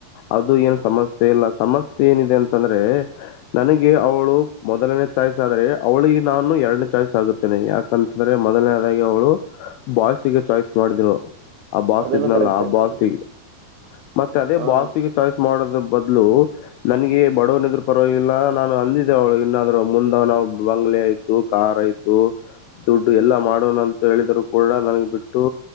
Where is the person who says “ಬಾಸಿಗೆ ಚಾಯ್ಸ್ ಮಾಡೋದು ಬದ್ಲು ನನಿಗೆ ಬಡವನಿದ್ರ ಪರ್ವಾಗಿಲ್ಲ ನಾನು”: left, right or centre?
Left